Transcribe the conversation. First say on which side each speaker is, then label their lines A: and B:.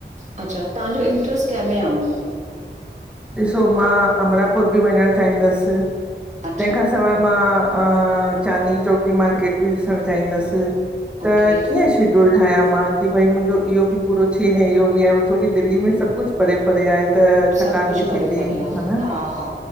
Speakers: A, on the right; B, in the centre.
A: अच्छा तव्हांजों इंटरेस्ट कंहिं मे आ हुअं?
B: ॾिसो मां अमरापुर बि वञण चाहींदसि।
A: अच्छा
B: तहिंखां सवाइ मां अ--चांदनी चौक जी मार्केट बि ॾिसणु चाहींदसि
A: ओके
B: त कीअं शे ड्युल ठाहिंआ मां की भई मुंजो इहो बि पूरो थिए ने इहो बि आहे छो की दिल्ली में सभु कुझु परे परे आहे त
A: सभु
B: थकान
A: कुझु
B: बि
A: परे
B: थींदी
A: परे आ।
B: न
A: हा हा